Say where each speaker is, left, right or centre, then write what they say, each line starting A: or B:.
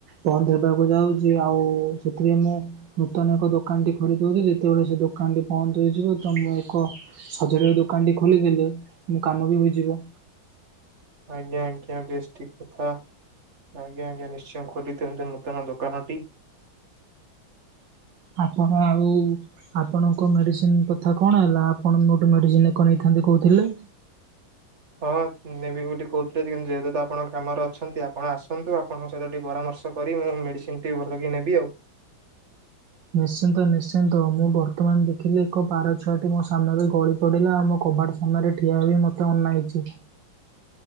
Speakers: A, on the right; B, on the right.
A: ବନ୍ଦ ହେବାକୁ ଯାଉଛି ଆଉ ସେଥିରେ ମୁଁ ନୂତନ ଏକ ଦୋକାନ ଟି ଖୋଲିଦଉଛି, ଯେତେବେଳେ ସେ ଦୋ ଦୋକାନଟି ବନ୍ଦ ହୋଇଯିବ। ତ ମୁଁ ଏକ ସଯାଡ଼ିଆକୁ ଦୋକାନଟି ଖୋଲିଦେଲି ମୋ କାମ ବି ହୋଇଯିବ।
B: ଆଜ୍ଞା ଆଜ୍ଞା ବେସ୍ ଠିକ କଥା। ଆଜ୍ଞା ଆଜ୍ଞା ନିଶ୍ଚୟ ଖୋଲିଦିଅନ୍ତ ନୂତନ ଦୋକାନ ଟି।
A: ଆପଣ ଆଉ ଆପଣଙ୍କ ମେଡ଼ିସିନ କଥା କଣ ହେଲା। ଆପଣ ମୋ ଠୁଁ ମେଡ଼ିସିନ ଏକ ନେଇଥାନ୍ତେ କହୁଥିଲେ!
B: ହଁ ନେବି ବୋଲି କହୁଥିଲି କିନ୍ତୁ ଯେହେତୁ ତ ଆପଣ କାମରେ ଅଛନ୍ତି ଆପଣ ଆସନ୍ତୁ ଆପଣଙ୍କ ସହିତ ଟିକେ ପରାମର୍ଶ କରି ମୁଁ ମେଡିସିନ ଟି ଭଲକି ନେବି ଆଉ।
A: ନିଶ୍ଚିନ୍ତ ନିଶ୍ଚିନ୍ତ, ମୁଁ ବର୍ତ୍ତମାନ ଦେଖିଲି ଏକ ପାର ଛୁଆଟି ମୋ ସାମ୍ନାରେ ଗଳି ପଡ଼ିଲା। ଆଉ ମୋ କବାଟ ସାମ୍ନାରେ ଠିଆ ହୋଇ ମୋତେ ଅନାଇଛି।